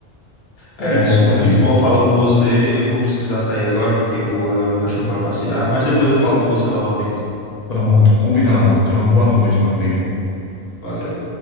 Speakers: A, on the left; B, on the left.
A: É,
B: é isso,
A: foi
B: meu
A: muito
B: amigo.
A: bom falar com você. Eu vou precisar sair agora porque eu vou levar meu cachorro para passear, mas depois eu falo com você novamente.
B: Pronto, combinado. Tenha uma boa noite, meu amigo.
A: Valeu.